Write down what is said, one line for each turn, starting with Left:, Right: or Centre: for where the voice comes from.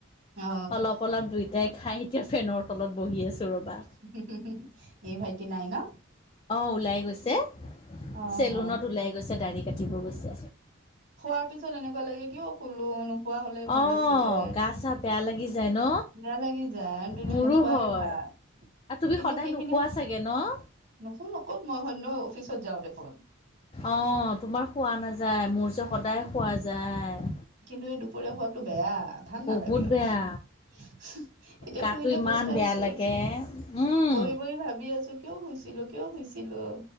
Right: অ
Left: অলপ- অলপ দুইটাই খাই এতিয়া ফেনৰ তলত বহি আছোঁ ৰ'বা
Right: <unintelligible> এই ভাইটি নাই ন?
Left: <unintelligible> অহ, ওলাই গৈছে
Right: অ
Left: চেলুনত
Right: অ
Left: ওলাই গৈছে দাঢ়ি কাটিব গৈছে।
Right: খোৱাৰ পিছত এনেকুৱা লাগে কিয় শুলো নুশুৱা হলেই ভাল
Left: অ
Right: আছিলে
Left: গা চা বেয়া লাগি যায় ন
Right: বেয়া লাগি যায় আৰু দুন
Left: মোৰো
Right: নোখোৱাই
Left: হয়
Right: ভাল।
Left: আৰু তুমি
Right: কিন্তু,
Left: সদায়
Right: সেইখিনি
Left: নোখোৱা চাগে ন
Right: নুশু ন'কত মই সন্য অফিচত যাওঁ দেখোন।
Left: অ', তোমাৰ শুৱা নাযায় মোৰ যে সদায় শুৱা যায়।
Right: কিন্তু, এই দুপৰীয়া শুৱাটো বেয়া ভাল
Left: বহুত
Right: নালাগে। এতিয়া
Left: বেয়া গাটো
Right: ফুৰিলৈ
Left: ইমান
Right: পস্তাইছো
Left: বেয়া লাগে উম
Right: বহি -বহি ভাবি আছো কিয় শুইছিলো- কিয় শুইছিলো